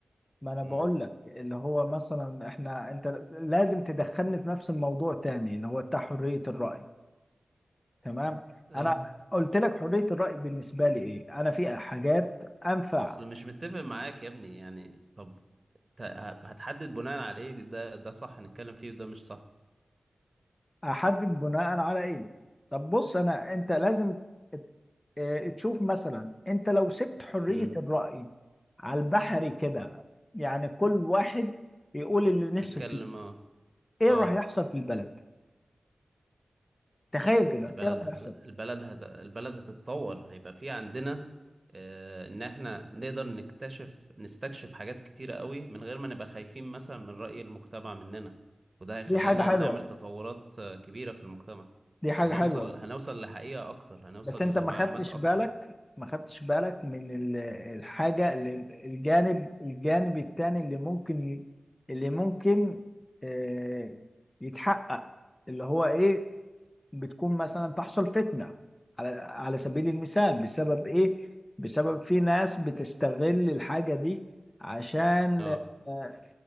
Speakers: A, on the left; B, on the right.
A: ما انا بقول
B: امم
A: لك اللي هو مثلا احنا انت لازم تدخلني في نفس الموضوع تاني اللي هو بتاع حرية الرأي تمام
B: اه
A: انا قلت لك حرية الرأي بالنسبة لي ايه انا في حاجات انفع
B: اصل مش متفق معاك يا ابني يعني طب ت- هتحدد بناء على ايه ده ده صح نتكلم فيه وده مش صح
A: احدد بناء على ايه طب بص انا انت لازم آه، تشوف مثلا انت لو سبت حرية
B: امم
A: الرأي على البحري كده يعني كل واحد يقول اللي نفسه
B: يتكلم
A: فيه
B: اه
A: ايه
B: اه
A: راح يحصل في البلد تخيل كده
B: البلد
A: ايه راح
B: هت...
A: يحصل
B: البلد هت... البلد هتتطور هيبقى في عندنا آه ان احنا نقدر نكتشف نستكشف حاجات كتيرة قوي من غير ما نبقى خايفين مثلا من رأي المجتمع مننا وده هيخلينا
A: دي حاجة حلوة
B: نعمل تطورات آه، كبيرة في المجتمع
A: دي حاجة
B: هنوصل
A: حلوة
B: هنوصل لحقيقة اكتر هنوصل
A: بس انت
B: لمعلومات
A: ما خدتش
B: اكتر
A: بالك ما خدتش بالك من ال- الحاجة اللي الجانب الجانب التاني اللي ممكن ي- اللي ممكن آه، يتحقق اللي هو ايه بتكون مثلا تحصل فتنة على على سبيل المثال بسبب ايه؟ بسبب في ناس بتستغل الحاجة دي عشان
B: اه
A: آه،